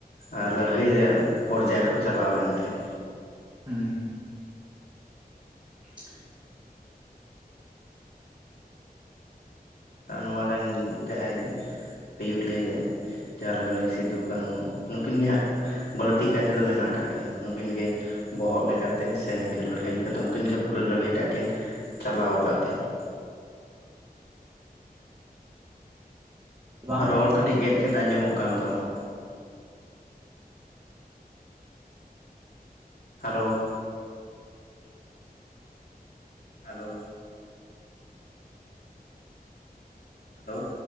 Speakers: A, on the left; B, on the right.
A: ᱟᱨ ᱞᱟᱹᱲᱦᱟᱹᱭ ᱨᱮᱭᱟᱜ ᱯᱚᱨᱡᱟ ᱨᱮᱠᱚ ᱪᱟᱞᱟᱣ ᱞᱮᱱ ᱛᱟᱦᱮᱸᱫ
B: ᱦᱩᱸ ᱦᱩᱸ <inaudible>
A: ᱱᱚᱣᱟ ᱨᱮᱱ ᱡᱟᱦᱟᱸᱭ ᱟᱹᱭᱩᱨᱤᱭᱟᱹ ᱡᱟᱦᱟᱸ ᱞᱮᱠᱟ ᱱᱩᱭ ᱥᱤᱫᱩ ᱠᱟᱹᱱᱦᱩ ᱱᱩᱠᱤᱱ ᱜᱮ ᱦᱟᱸᱜ ᱵᱟᱹᱲᱛᱤ ᱠᱟᱭ ᱛᱮᱫᱚ ᱢᱮᱱᱟᱜ ᱟᱠᱟᱫ ᱠᱤᱱᱟᱹ ᱱᱩᱠᱤᱱ ᱜᱮ ᱵᱚᱦᱚᱜ ᱞᱮᱠᱟᱛᱮ ᱥᱮ ᱱᱤᱝᱠᱟᱹ ᱞᱟᱹᱲᱦᱟᱹᱭ ᱞᱮᱠᱟᱛᱮ ᱩᱱᱠᱤᱱ ᱜᱮ ᱯᱩᱨᱟᱹ ᱞᱟᱹᱲᱦᱟᱹᱭ ᱴᱟᱜ ᱠᱤᱱ ᱪᱟᱞᱟᱣ ᱟᱠᱟᱫ ᱛᱟᱦᱮᱸᱱᱟ
B: ᱵᱟᱝ
A: ᱨᱚᱲ ᱠᱟᱹᱴᱤᱡ ᱜᱮᱫᱜᱮᱫ ᱟᱸᱡᱚᱢᱚᱜ ᱠᱟᱱ ᱛᱟᱢᱟ ᱦᱮᱞᱳ ᱦᱮᱞᱳ ᱦᱮᱞᱳ